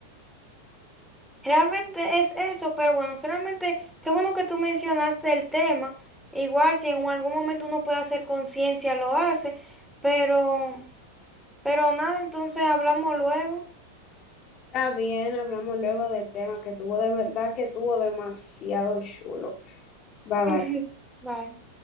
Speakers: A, in the centre; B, on the left.
A: Realmente es eso, pero bueno, solamente qué bueno que tú mencionaste el tema. Igual si en algún momento uno puede hacer conciencia, lo hace, pero, pero nada, entonces hablamos luego.
B: Está bien, hablamos luego del tema que tuvo de verdad que tuvo demasiado chulo. Bye bye.
A: <laughs> Bye.